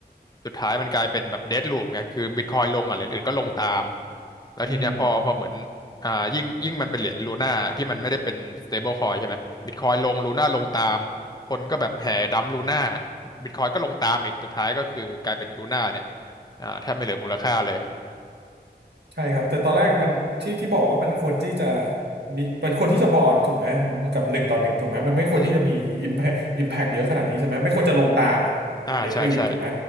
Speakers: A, on the left; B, on the right.
A: สุดท้ายมันกลายเป็นแบบเดดลูปไงคือบิตคอยลงอ่ะเหรียญอื่นก็ลงตามแล้วทีเนี้ยพอพอเหมือน
B: อืม
A: อ่ายิ่งยิ่งมันเป็นเหรียญลูน่าที่มันไม่ได้เป็น stable coin ใช่ไหมบิตคอยลงลูน่าลงตามคนก็แบบแห่ดัมลูน่า บิตคอยก็ลงตามอีกสุดท้ายก็คือกลายเป็นลูน่าเนี่ยอ่าแทบไม่เหลือมูลค่าเลย
B: ใช่ครับแต่ตอนแรกมันที่ที่บอกว่ามันควรที่จะมีมันควรที่จะบอนถูกไหมกับหนึ่งต่อหนึ่งถูกไหมมันไม่ควรที่จะมีอิมแพอิมแพกเยอะขนาดนี้ใช่ไหมไม่ควรจะลงตามอะเหรียญอื่นถูกไหม
A: อืมอ่าใช่ใช่